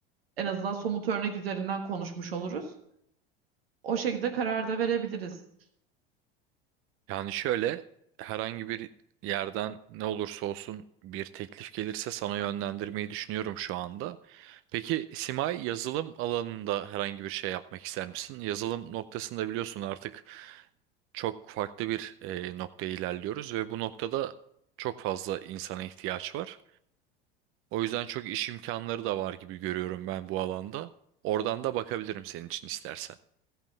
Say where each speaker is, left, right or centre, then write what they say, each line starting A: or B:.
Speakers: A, on the right (about 90°); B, on the right (about 45°).
A: en azından somut örnek üzerinden konuşmuş oluruz. O şekilde karar da verebiliriz.
B: Yani şöyle herhangi bir yerden ne olursa olsun bir teklif gelirse sana yönlendirmeyi düşünüyorum şu anda. Peki Simay yazılım alanında herhangi bir şey yapmak ister misin? Yazılım noktasında biliyorsun artık çok farklı bir e, noktaya ilerliyoruz ve bu noktada çok fazla insana ihtiyaç var. O yüzden çok iş imkanları da var gibi görüyorum ben bu alanda. Oradan da bakabilirim senin için istersen.